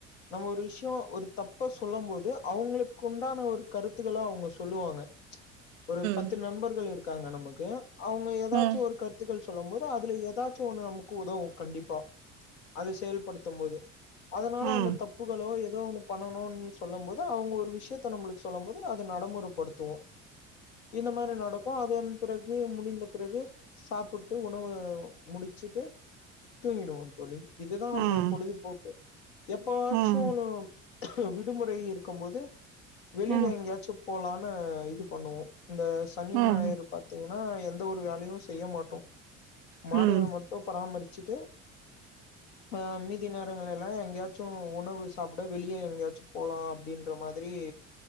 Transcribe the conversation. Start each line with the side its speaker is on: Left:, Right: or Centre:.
Left: நம்ம ஒரு விஷ்யொ ஒரு தப்ப சொல்லும் போது அவுங்களுக்குண்டான ஒரு கருத்துகள அவுங்க சொல்லுவாங்க ஒரு பத்து
Right: ம்
Left: நண்பர்கள் இருக் க்காங்க நமக்கு அவுங்க எதாச்சு
Right: ம் ம் ம்
Left: ஒரு கருத்துகள் சொல்லம்போ து அதுல எதாச்சு ஒண்ணு நமக்கு உதவு கண்டிப்பா அது செயல்படுத்தும் போது அதனால
Right: ம் ம் ம் ம் ம்
Left: அந்த தப்புகளோ எ எதோ ஒண்ணு பண்ணணுன் சொல்லும் போது அவுங்க ஒரு விஷ்யத்த நம்மளுக்கு சொல்லும் போது அத நடமுறப்படுத்துவோ இந்த மாரி நடக்கோ அது பிறகு முடிந்த பிறகு சாப்புட் டு உணவு முடிச்சுட்டு தூங்கிடுவோ தோழி இதுதா
Right: ம்
Left: நம்ம பொழுதுபோக்கு எப்பவாச்சுலு
Right: ம் ம்
Left: விடுமுறை இருக்கம் போது வெளில
Right: ம்
Left: எங்கயாச்சு போலான்னு இது பண்ணுவொ இந்த சனி
Right: ம்,
Left: ஞாயிறு பாத்தீங்க னா எந்த ஒரு வேலையு செய்ய மாட்டோ மாடுகள
Right: ம்,
Left: மட்டு பராமரி ச்சுட்டு அ மீதி நேரங்கள எல்லா எங்கயாச்சு உணவு சாப்புட வெளிய எங்கயாச்சு போலா அப்டின்ற மாதிரி